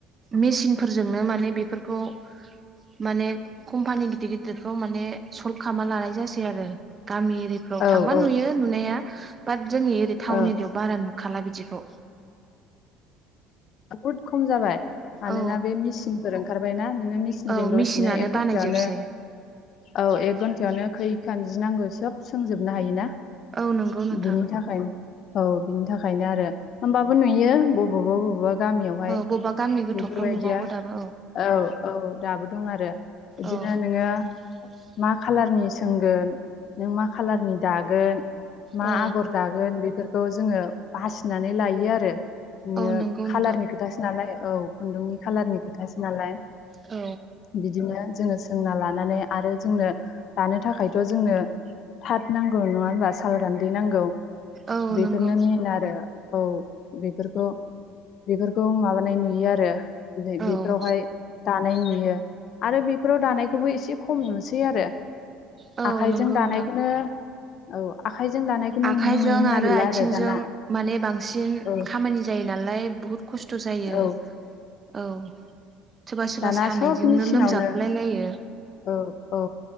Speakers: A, on the right; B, on the left.
A: मेसिनफोरजोंनो माने बेफोरखौ माने कम्पानि गिदिर गिदिरफोराव माने सल्भ खालामना लानाय जासै आरो गामि एरि फोराव
B: औ
A: थांबा
B: औ
A: नुयो नुनाया बाट जोंनि ओरै टाउन
B: औ
A: एरियायाव बारा नुखाला बिदिखौ
B: बहुद खम जाबाय मानोना
A: औ
B: बे मिसिनफोर ओंखारबायना नोङो मिसि मिसिनजों
A: औ
B: दसेनो
A: मेसिनानो
B: एक
A: बानायजोबसै
B: घन्टायावनो औ एक घन्टायावनो खैखान जि नांगौ सोब सोंजोबनो हायोना
A: औ नंगौ नोंथां
B: बिनि थाखायनो औ बिनि थाखायनो आरो होमबाबो नुयो बबावबा बबावबा गामियावहाय
A: औ बबेबा गामि गोथौफ्राव
B: बेफोरबायदिया
A: नुबावो दाबो
B: औ औ दाबो दं आरो बिदिनो
A: औ
B: नोङो
A: <inaudible>
B: मा खालारनि सोंगोन, नों मा खालारनि दागोन, मा
A: औ
B: आगर दागोन बेफोरखौ जोङो बासिनानै लायो आरो नोङो
A: औ नंगौ
B: खालारनि
A: नोंथां
B: खोथासो नालाय औ खुन्दुंनि खालारनि खोथासो नालाय
A: औ
B: बिदिनो जोङो सोंना लानानै आरो जोंनो दानो थाखायथ' जोंनो थाथ नांगौ नङा होनबा साल गान्दै नांगौ
A: औ
B: बेफोरनो
A: नंगौ
B: मेन आरो औ बेफोरखौ बेफोरखौ माबानाय नुयो आरो बेफोरावहाय
A: औ
B: दानाय नुयो आरो बेफोराव दानायखौबो एसे खम नुसै आरो
A: औ
B: आखाइजों
A: नंगौ नोंथां
B: दानायखौनो औ आखाइजों दानायखौनो
A: आखाइजों
B: नुनो मोननो नागिरला
A: आथिंजों
B: आरो दाना
A: माने बांसिन
B: औ
A: खामानि जायो नालाय बुहुत खस्थ' जायो
B: औ
A: औ सोरबा सोरबा
B: दाना
A: सानायजोंनो
B: सब मेचिनावनो
A: लोमजागुलाय लायो
B: औ औ